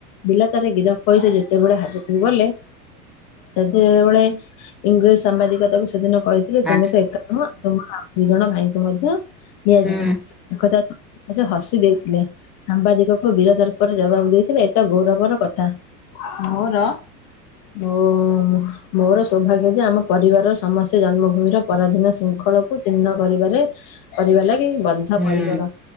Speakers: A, on the left; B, in the centre.
A: ବିଲାତରେ ଗିରଫ ହୋଇ ସେ ଯେତେବେଳେ ହାଜତକୁ ଗଲେ। ସେତେ ବେଳେ ଇଂରେଜ ସାମ୍ବାଦିକ ତାକୁ ସେଦିନ କହିଥିଲେ ତୁମେ
B: ଆଚ୍ଛା
A: ତ ଏକା ନୁହଁ ତମର ଆଉ ଦି ଜଣ ଭାଇଙ୍କୁ ମଧ୍ୟ ନିଆଯିବ।
B: ହୁଁ
A: ଏକଥା ସେ ହସି ଦେଇଥିଲେ। ସାମ୍ବାଦିକ କୁ ବୀର ତର୍ପରେ ଜବାବ ଦେଇଥିଲେ ଏତ ଗୌରବର କଥା ମୋର ମୋ ହ ମୋର ସୌଭାଗ୍ୟ ଯେ ଆମ ପରିବାର ସମସ୍ତେ ଜନ୍ମଭୂମିର ପରାଧୀନ ଶୃଙ୍ଖଳକୁ ଚିହ୍ନ କରିବାରେ କରିବା ଲାଗି ବନ୍ଦ
B: ହୁଁ
A: ପରିକର